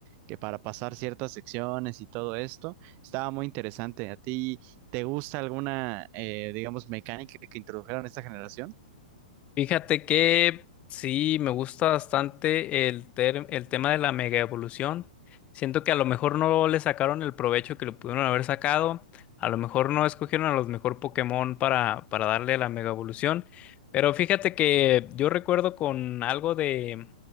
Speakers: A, on the right; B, on the left.
A: que para pasar ciertas secciones y todo esto, estaba muy interesante. ¿A ti te gusta alguna, eh, digamos, mecánica que introdujeron en esta generación?
B: Fíjate que sí, me gusta bastante el, ter- el tema de la mega evolución. Siento que a lo mejor no le sacaron el provecho que le pudieron haber sacado. A lo mejor no escogieron a los mejor Pokémon para, para darle la mega evolución. Pero fíjate que yo recuerdo con algo de,